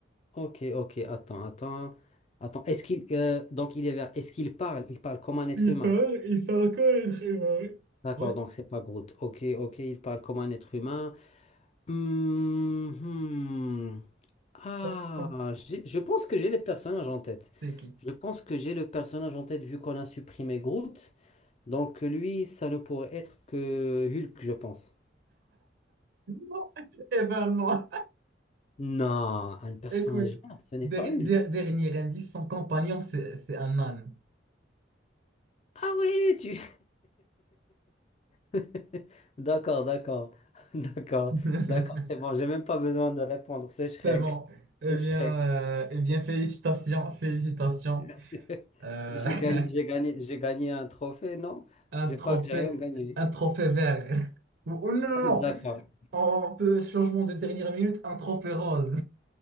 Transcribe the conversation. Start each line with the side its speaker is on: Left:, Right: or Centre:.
Left: Ok, ok, attends, attends. Attends, est-ce qu'il... euh, donc il est vert. Est-ce qu'il parle? Il parle comme un être
Right: Il
Left: humain.
Right: fait, il fait encore les trimarés.
Left: D'accord,
Right: Ouais.
Left: donc c'est pas Groot. Ok, ok, il parle comme un être humain. Hmm, hmm. Ah,
Right: Sans, sans,
Left: j'ai- je pense que j'ai les personnages en tête.
Right: c'est qui?
Left: Je pense que j'ai le personnage en tête vu qu'on a supprimé Groot. Donc lui, ça ne pourrait être que Hulk, je pense.
Right: Non. Eh ben non.
Left: Non,
Right: <laughs>
Left: un personnage,
Right: Écoute,
Left: vert, ce n'est
Right: der-
Left: pas Hulk.
Right: der- dernier indice, son compagnon, c'est c'est un âne.
Left: Ah oui, tu... <laughs> D'accord, d'accord, d'accord,
Right: <laughs>
Left: d'accord, c'est bon, j'ai même pas besoin de répondre, c'est Shrek,
Right: C'est bon. Eh
Left: c'est
Right: bien,
Left: Shrek.
Right: euh, eh bien, félicitations, félicitations.
Left: <laughs>
Right: Euh,
Left: J'ai
Right: <laughs>
Left: gagné, j'ai gagné, j'ai gagné un trophée, non?
Right: un
Left: J'ai
Right: trophée,
Left: pas, j'ai rien gagné.
Right: un trophée vert. Ou- ou non, non,
Left: <laughs>
Right: non.
Left: D'accord,
Right: On peut, changement de dernière minute, un trophée rose.